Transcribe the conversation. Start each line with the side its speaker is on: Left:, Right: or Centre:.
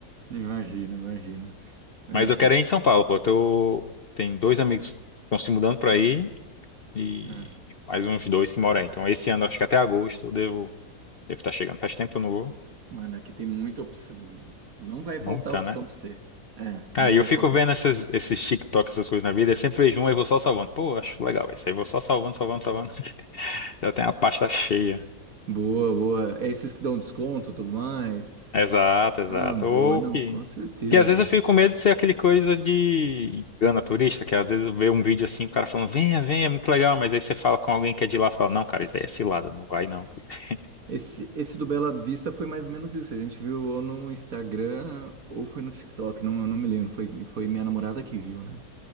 Right: imagino, imagino. Ah,
Left: Mas
Right: te-
Left: eu quero ir em São Paulo, pô. Eu Tô, tem dois amigos que estão se mudando pra aí e
Right: ah,
Left: mais uns dois que moram aí. Então esse ano, acho que até agosto eu devo, devo estar chegando. Faz tempo que eu não vou.
Right: Mano, aqui tem muita opção. Não vai faltar
Left: Nunca,
Right: opção
Left: né?
Right: pra você. É,
Left: Cara,
Right: não
Left: e
Right: vai
Left: eu fico
Right: faltar.
Left: vendo essas, esses TikTok, essas coisas na vida, eu sempre vejo um e vou só salvando. Pô, acho legal esse aí, vou só salvando, salvando, salvando. <laughs> Já tem a pasta cheia.
Right: Boa, boa. É esses que dão desconto e tudo mais.
Left: Exato, exato.
Right: Ah, boa,
Left: Ou
Right: não,
Left: que.
Right: com certeza.
Left: E às vezes eu fico com medo de ser aquele coisa de engana turista, que às vezes vê um vídeo assim, o cara falando, venha, venha, é muito legal, mas aí você fala com alguém que é de lá, fala, não, cara, isso daí é cilada, não vai não. <laughs>
Right: Esse, esse do Bela Vista foi mais ou menos isso. A gente viu ou no Instagram ou foi no TikTok, não, eu não me lembro. Foi, foi minha namorada que viu, né?